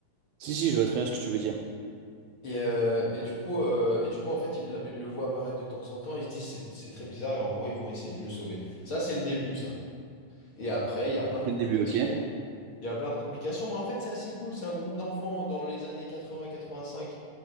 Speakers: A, on the right (about 80°); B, on the left (about 50°).
A: Si, si, je vois très bien ce que tu veux dire.
B: Et, euh, et du coup, euh, et du coup, en fait, ils ils le voient apparaître de temps en temps. Ils se disent, c'est c'est très bizarre. Et en gros, ils vont essayer de le sauver. Ça, c'est le début, ça. Et après, il y a plein de
A: C'est
B: complications.
A: le début, ok?
B: Il y a plein de complications, mais en fait, c'est assez cool. C'est un groupe d'enfants dans les années 80-85